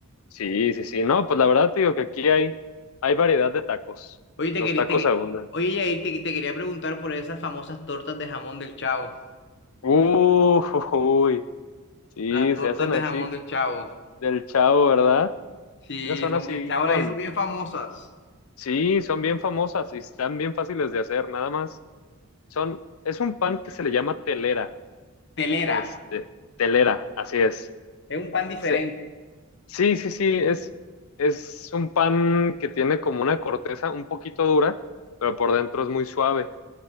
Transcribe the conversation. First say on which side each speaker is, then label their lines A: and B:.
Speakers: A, on the left; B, on the left.
A: Sí, sí, sí. No, pues la verdad te digo que aquí hay, hay variedad de tacos.
B: Oye, te
A: Los
B: quería,
A: tacos
B: te que-
A: abundan.
B: oye, Yair, te, te quería preguntar por esas famosas tortas de jamón del Chavo.
A: Uh, uy, sí,
B: Las tortas
A: se hacen
B: de
A: así
B: jamón del Chavo.
A: del chavo, ¿verdad?
B: Sí,
A: Esas son
B: son,
A: así
B: ya ahora
A: con,
B: ahí son bien famosas.
A: Sí, son bien famosas y están bien fáciles de hacer, nada más. Son, es un pan que se le llama telera,
B: Telera,
A: este, telera, así es.
B: es un pan diferente.
A: Se- sí, sí, sí, es, es un pan que tiene como una corteza un poquito dura, pero por dentro es muy suave.